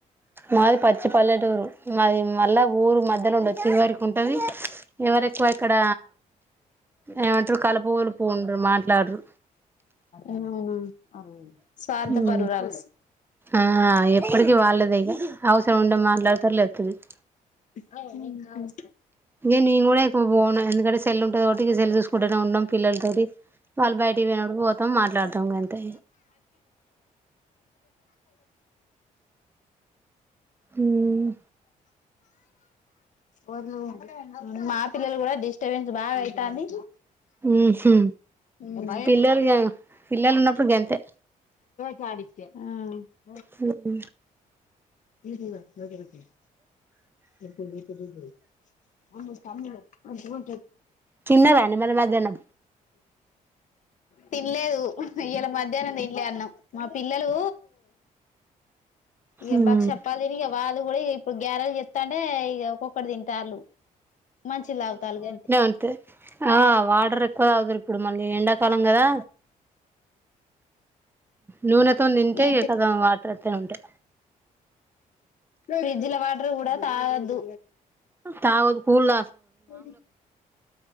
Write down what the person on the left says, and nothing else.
అవునా స్వార్థపరురాలు
మ్మ్ హ్మ్
మ్మ్ మా పిల్లలు కూడా డిస్ టబెన్స్ బాగా అయితాంది
మ్మ్
ఆ
ఇది కూడ నోట్లో బెట్ ఎక్కువబెట్టకూడదే నోర్ముస్కో అమ్మ చుడు
తినలేదు ఇయాల మధ్యాహ్నం తినలే అన్నం మా పిల్లలు ఇ
బక్షప్పాలని వాళ్లు కూడా ఇ ఇప్పుడు గ్యారెలు చెస్తాంటే ఇక ఒక్కొక్కటి తింటారులు మంచిల్ తావుతా అల్గ
ఈ
ఫ్రిడ్జ్ల వాటర్ కూడా తాగొద్దు
<unintelligible>